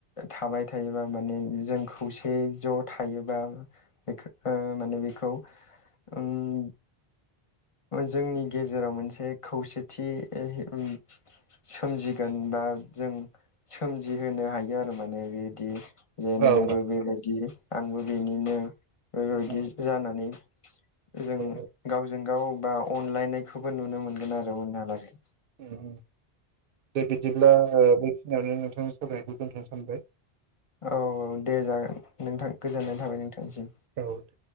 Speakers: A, on the left; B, on the right.
A: थाबाय थायोबा माने जों खौसे ज थायोबा बेखौ माने बेखौ उम जोंनि गेजेराव मोनसे खौसेथि हे उम सोमजिगोन बा जों सोमजिहोनो हायो आरो माने बेदि जे
B: औ
A: नोंबो बेबायदि आंबो बेनिनो बे बायदि
B: औ
A: जानानै जों
B: औ
A: गावजों गाव बा अनलायनायखौबो नुनो मोनगोन आरो उनहालागै।
B: उम दे बिदिब्ला बेखिनियावनो नोंथां सावरायनायखौ दोन्थनो सानबाय।
A: औ औ दे जागोन नोंथां गोजोननाय थाबाय नोंथांसिम
B: औ दे।